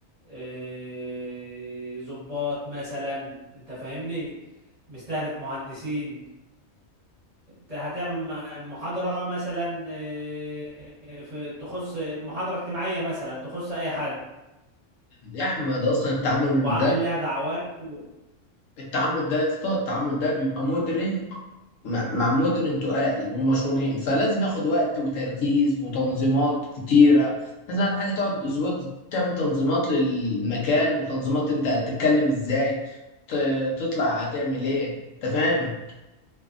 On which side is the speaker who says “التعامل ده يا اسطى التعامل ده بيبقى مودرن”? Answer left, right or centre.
Left